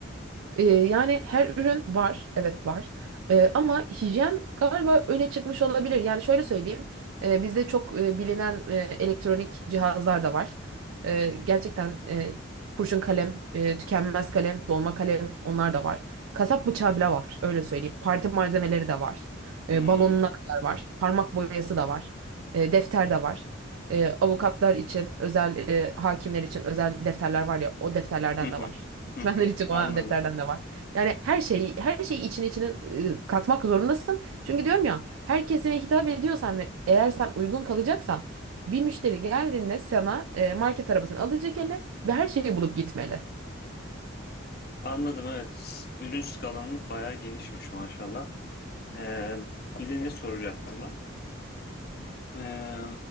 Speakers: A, on the right; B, on the left.
A: Ee, yani her ürün var, evet var. Ee, ama hijyen galiba öne çıkmış olabilir. Yani şöyle söyleyeyim, e, bizde çok e, bilinen e, elektronik cihazlar da var. E, gerçekten e, kurşun kalem, e, tükenmez kalem, dolma kalem onlar da var. Kasap bıçağı bile var, öyle söyleyeyim. Parti malzemeleri de var. E,
B: Hmm.
A: balonuna kadar var. Parmak boyası da var. E, defter de var. E, avukatlar için özel, e, hakimler için özel defterler var ya, o defterlerden
B: Hı hı.
A: de var.
B: Hı hı.
A: Öğretmenler için
B: Anladım.
A: olan defterden de var. Yani her şeyi her şeyi içine içine e, katmak zorundasın. Çünkü diyorum ya her kesime hitap ediyorsan ve eğer sen uygun kalacaksan bir müşteri geldiğinde sana e, market arabasını alacak eline ve her şeyi bulup gitmeli.
B: Anladım evet. Ürün skalanız bayağı genişmiş maşallah. Ee, bir de ne soracaktım ben? Ee,